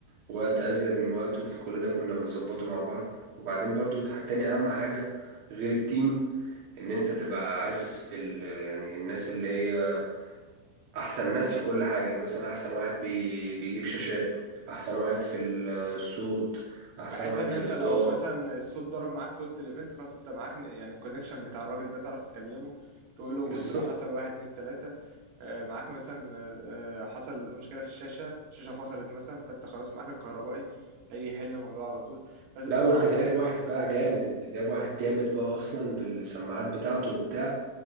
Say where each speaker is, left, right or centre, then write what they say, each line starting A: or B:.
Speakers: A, on the right; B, on the right.
A: وقت ازيد من وقته فكل ده كنا بنظبطه مع بعض وبعدين برضو تح- تاني اهم حاجه غير التيم ان انت تبقى عارف الس- ال... يعني الناس اللي هي احسن ناس في كل حاجة يعني مثلا احسن واحد بي... بيجيب شاشات احسن واحد في ال- الصوت احسن
B: بحيث
A: واحد
B: ان
A: في
B: انت
A: الاضاءة
B: لو مثلا الصوت ضرب معاك في وسط الايفنت خلاص انت معاك ن- يعني الكونكشن بتاع الراجل ده تعرف تكلمه تقول له
A: بالظبط
B: بص ده حصل واحد اتنين تلاتة آه، معاك مثلا آه، آه، حصل مشكلة في الشاشة الشاشة فصلت مثلا فانت خلاص معاك الكهربائي هيجي يحل الموضوع على طول لازم
A: لا
B: تكون
A: وانت
B: عامل
A: جايب
B: حسابك
A: واحد
B: في كل
A: بقى
B: الحاجات
A: جامد
B: دي
A: انت جايب واحد جامد بقى اصلا بالسماعات بتاعته وبتاع